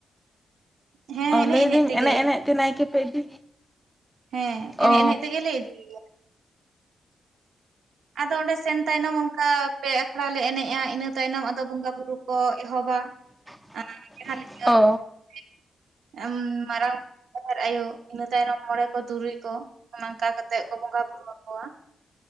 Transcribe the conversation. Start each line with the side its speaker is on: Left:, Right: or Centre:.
Right: ᱦᱮᱸ
Centre: ᱚ
Right: ᱮᱱᱮᱡ
Centre: ᱞᱟᱹᱭ ᱫᱟᱹᱧ
Right: ᱛᱮᱜᱮ
Centre: ᱮᱱᱮᱡ ᱮᱱᱮᱡ ᱛᱮ ᱱᱟᱭᱠᱮ ᱯᱮ ᱤᱫᱤ
Right: ᱦᱮᱸ
Centre: ᱚ
Right: ᱮᱱᱮᱡ ᱮᱱᱮᱡ ᱛᱮᱜᱮᱞᱮ ᱤᱫᱤᱭ ᱭᱟ ᱟᱫᱚ ᱚᱸᱰᱮ ᱥᱮᱱ ᱛᱟᱭᱱᱚᱢ ᱚᱱᱠᱟ ᱯᱮ ᱟᱠᱷᱲᱟ ᱞᱮ ᱮᱱᱮᱡᱼᱟ ᱤᱱᱟᱹ ᱛᱟᱭᱱᱚᱢ ᱟᱫᱚ ᱵᱚᱸᱜᱟ ᱵᱩᱨᱩ ᱠᱚ ᱮᱦᱚᱵᱟ
Centre: <unintelligible>
Right: ᱟᱨ ᱡᱟᱦᱟᱸ ᱞᱮᱠᱟ
Centre: ᱚ
Right: <unintelligible> ᱜᱮ ᱢᱟᱨᱟᱝ ᱵᱩᱨᱩ ᱡᱟᱦᱮᱨ ᱟᱭᱳ ᱤᱱᱟᱹ ᱛᱟᱭᱱᱚᱢ ᱢᱚᱬᱮ ᱠᱚ ᱛᱩᱨᱩᱭ ᱠᱚ ᱚᱱᱠᱟ ᱠᱟᱛᱮᱜ ᱠᱚ ᱵᱚᱸᱜᱟ ᱵᱩᱨᱩ ᱟᱠᱚᱣᱟ